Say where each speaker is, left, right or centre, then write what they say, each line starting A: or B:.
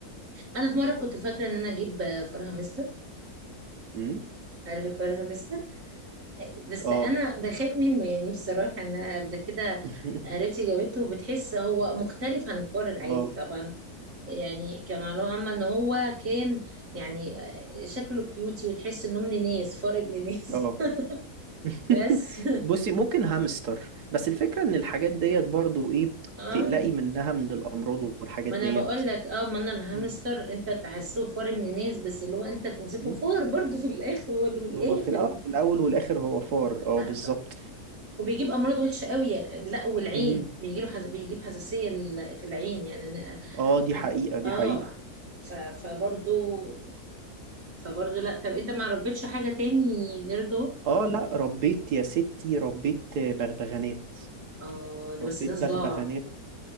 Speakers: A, on the right (about 55°); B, on the right (about 85°).
A: انا في مره كنت فاكره ان انا اجيب فرخه مستر
B: مم.
A: عارف الفرخه مستر بس
B: اه
A: انا بخاف منه يعني بصراحه انا قبل كده
B: <laughs>
A: قريبتي جابته وبتحس هو مختلف عن الفار العادي
B: اه
A: طبعا يعني كمعلومه عامه ان هو كان يعني شكله كيوتي وتحس انه ابن ناس فار ابن ناس
B: اه
A: <laughs>
B: <laughs>
A: بس
B: بصي ممكن هامستر بس الفكرة ان الحاجات ديت برضو ايه
A: اه
B: تقلقي منها من الامراض والحاجات
A: ما
B: ديت
A: انا بقول لك اه ما انا الهامستر
B: مم.
A: انت تحسه فار من ناس بس اللي هو انت تمسكه
B: مم.
A: فار برضو في الاخر والاخر
B: هو في الاول في الاول والاخر هو فار اه بالظبط
A: ف- وبيجيب امراض وحشه قوي يعني لا والعين
B: مم.
A: بيجي له حز... بيجيب حساسيه ال- في العين يعني انا
B: اه دي
A: عن...
B: حقيقة دي
A: اه
B: حقيقة
A: ف... فبرضو فبرضو لا طب انت ما ربيتش حاجه تاني غير دول
B: اه لا ربيت يا ستي ربيت بغبغانات
A: اه ده
B: ربيت
A: بس ده صداع
B: بغبغانات